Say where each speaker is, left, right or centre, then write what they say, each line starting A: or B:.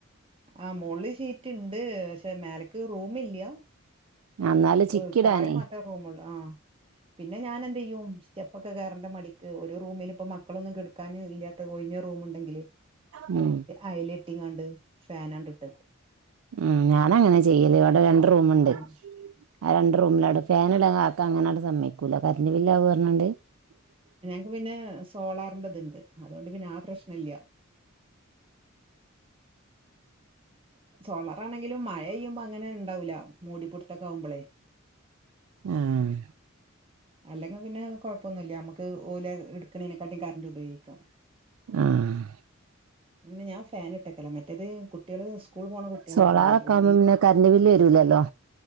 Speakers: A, on the right; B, on the right.
A: ആഹ് മോള്ല്ഷീറ്റ് ഇണ്ട് പക്ഷെ മേലക്ക് റൂം മില്ല്യ
B: എന്നാല് ചിക്കിടാനേ
A: ഏ് താഴെ മാത്ര റൂം ഉണ്ട് ആഹ് പിന്നെ ഞാനഎന്തെയ്യും സ്റ്റെപ്പൊക്കെ കേറണ്ട മടിക്ക് ഒരു റൂമില് പ്പൊ മക്കളൊന്നും കെട്ക്കാൻ ഇല്ലാത്ത ഒഴിഞ്ഞ റൂം ഇണ്ടെങ്കിലെ
B: ഉം
A: അയലെട്ടിങ്ങാണ്ട് ഫാനാൻ ഇട്ടക്കും
B: ഉം ഞാനഅങ്ങനെ ചെയ്യല് ഇവടെ രണ്ട് റൂമ്ണ്ട്
A: ആഹ്
B: ആഹ് രണ്ട് റൂമിലാടും ഫാന്ഇടാൻ കാക്ക അങ്ങനെട് സമ്മയ്ക്കൂല കര്ന്റ് ബില്ല് ആവും പറഞ്ഞാണ്ട്
A: ക്ക്പിന്നെ സോളാറിന്റെത്ണ്ട് അതാേണ്ട് പിന്നെ ആ പ്രശ്ന ഇല്ല്യ സോളാറാണെങ്കിലും മഴെയ്യുമ്പോ അങ്ങനെൻ ഇണ്ടാവൂല മൂടിപ്പുട്ത്തൊക്കെ ആവുമ്പളേ
B: ആഹ്
A: അല്ലെങ്കി പിന്നെ കാെഴപ്പൊന്നുംല്ല നമ്മക്ക് ഓല് ഇട്ക്ക്ണേനെക്കാട്ടിം കരണ്ട് ഉപയോഗിക്കാം
B: ആഹ്
A: പിന്നെ ഞാൻ ഫാൻ ഇട്ടക്കലാ മറ്റേത് കുട്ടികള് സ്കൂള് പോണ കുട്ട്യാളെക്കെ
B: സോളാറൊക്കെ
A: ഇണ്ട് യൂനി
B: ആവുമ്പോ പിന്നെ കറന്റ് ബില്ല് വരൂലല്ലോ